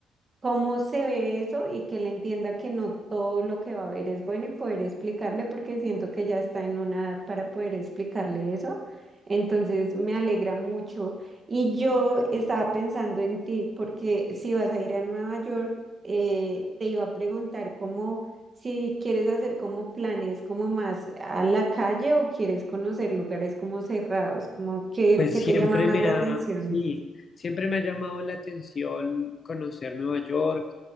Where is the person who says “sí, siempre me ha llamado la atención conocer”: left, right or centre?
Left